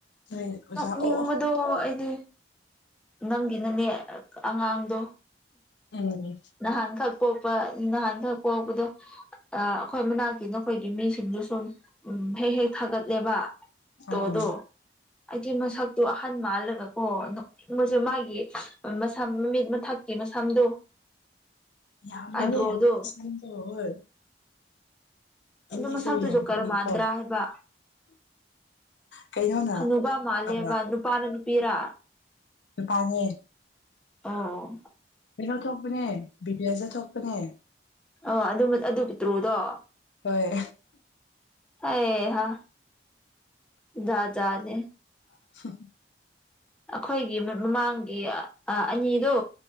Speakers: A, on the left (about 85°); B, in the centre.
A: ꯅꯣꯏ ꯑꯣꯖꯥ
B: ꯅꯣꯛꯅꯤꯡꯕꯗꯣ
A: ꯑꯣ
B: ꯑꯩꯗꯤ ꯅꯪꯒꯤ ꯅꯥꯅꯦ ꯑꯉꯥꯡꯗꯣ
A: ꯎꯝ
B: ꯅꯍꯥꯟꯈꯛ ꯄꯣꯛꯄ ꯅꯍꯥꯟꯈꯛ ꯄꯣꯛꯄꯗꯣ ꯑ ꯑꯩꯈꯣꯏ ꯃꯅꯥꯛꯀꯤ ꯅꯈꯣꯏꯒꯤ ꯃꯤꯁꯤꯡꯗꯨ ꯁꯨꯝ ꯎꯝ ꯍꯦꯛ ꯍꯦꯛ ꯊꯥꯒꯠꯂꯦꯕ ꯐꯣꯇꯣꯗꯣ
A: ꯑꯥꯎ
B: ꯑꯩꯗꯤ ꯃꯁꯛꯇꯣ ꯅꯍꯟ ꯃꯥꯜꯂꯒꯀꯣ <unintelligible> ꯃꯥꯒꯤ ꯃꯁꯝ ꯃꯤꯠ ꯃꯊꯛꯀꯤ ꯃꯁꯝꯗꯣ
A: ꯌꯥꯝꯕꯅꯦ
B: ꯑꯥꯏꯕ꯭ꯔꯣꯗꯣ
A: ꯁꯝꯗꯣ ꯍꯣꯏ ꯏꯅꯦꯁꯨ
B: ꯑꯗꯣ ꯃꯁꯥꯛꯇꯨ
A: ꯌꯥꯝꯕꯒꯤꯀꯣ
B: ꯖꯣꯀꯔ ꯃꯥꯟꯗ꯭ꯔꯥ ꯍꯥꯏꯕ
A: ꯀꯩꯅꯣꯅ
B: ꯍꯟꯅꯨꯕ ꯃꯥꯜꯂꯦꯕ
A: ꯑ
B: ꯅꯨꯄꯥꯔ ꯅꯨꯄꯤꯔꯥ
A: ꯅꯨꯄꯥꯅꯦ
B: ꯑꯥ
A: ꯀꯩꯅꯣ ꯊꯣꯛꯄꯅꯦ <unintelligible> ꯊꯣꯛꯄꯅꯦ
B: ꯑꯥ ꯑꯗꯨ ꯑꯗꯨ ꯄꯤꯇ꯭ꯔꯨꯗꯣ
A: ꯍꯣꯏ
B: ꯍꯩ ꯍꯥ ꯖꯥꯠ ꯖꯥꯠꯅꯦ
A: <unintelligible>
B: ꯑꯩꯈꯣꯏꯒꯤ ꯃꯃꯥꯡꯒꯤ ꯑꯥ ꯑꯅꯤꯗꯣ